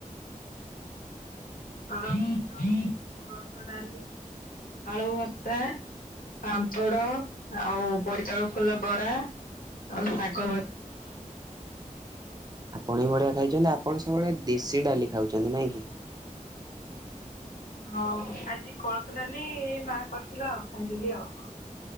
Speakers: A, on the left (about 85°); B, on the right (about 30°).
A: ହଁାଇତି <unintelligible> କୋଳଥ ଡାଲି ଆଳୁ ଭର୍ତା ପାମ୍ପଡ ଆଉ ବୋଇତାଳୁଫୁଲ ବରା ଆଉ ଶାଗଭଜା
B: ଆପଣ ହିଁ ବଢ଼ିଆ ଖାଇଛନ୍ତି ଆପଣ ସବୁବେଳେ ଦେଶୀ ଡାଲି ଖାଉଛନ୍ତି ନାଇଁ କି
A: ହଁ ଆଜି କୋଳଥ ଡାଲି ମା କରିଥିଲା ଆଉ ଖାଇଥିଲି ଆଉ